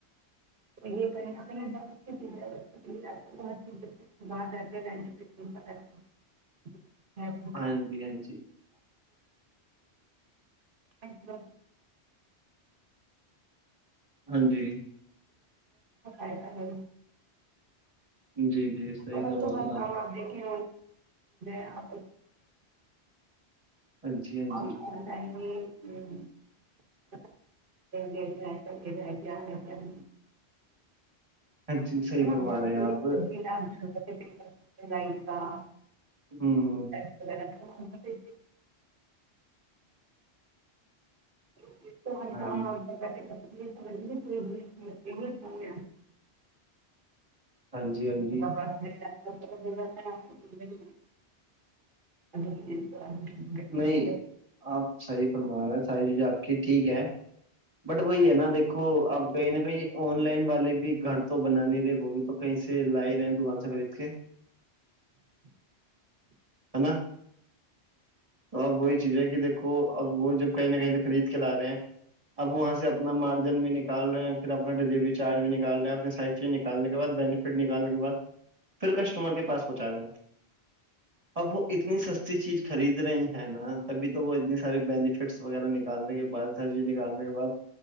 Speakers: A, on the right (about 55°); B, on the right (about 35°).
A: چھیز ج <unintelligible>
B: ہاں جی ہاں جی
A: اچھا
B: ہاں جی
A: فائدہ ہو
B: جی جی صحیح
A: اور
B: کروا
A: تو
B: رہے
A: ہر
B: ہیں
A: کام آپ دیکھیں آپ
B: ہاں جی ہاں
A: <unintelligible>
B: جی
A: <unintelligible>
B: اچی
A: ہے
B: صحی
A: نا
B: متوا
A: بہت
B: رہے ہیں
A: ساری
B: آپپ
A: تبدیل <unintelligible>
B: ہوں
A: <unintelligible> <unintelligible>
B: ہاں ہاں
A: <unintelligible>
B: جی ہاں جی
A: <unintelligible>
B: نہیں آپ صحیح فرما رہے سائ جو آپ کی ٹھیک ہے بٹ وہی ہے نا دیکو اب کہیں نہ کہیں آن لائن والے بھی گھر تو بنانے تھے وہ بھی تو کہیں سے لا رہے ہیں دکان سے خرید کے ہے نا تو اب وہی چیز ہے کہ دیکھو اب وہ جب کہیں نہ کہیں سے خرید کے لا رہے ہیں اب وہاں سے اپنا مارجن بھی نکال رہے ہیں پھر اپنا ڈیلیوری چارج بھی نکال رہے ہیں اپنے سائڈ چ نکالنے بعد بینیفٹ نکالنے کے بعد پھر کسٹمر کے پاس پہنچا رہے ہیں اب وہ اتنی سستی چیز خرید رہی ہیں نا تبھی تو وہ اتنی ساری بینفٹس وغیرہ نکالنے کے بعد سر جی نکالنے کے بعد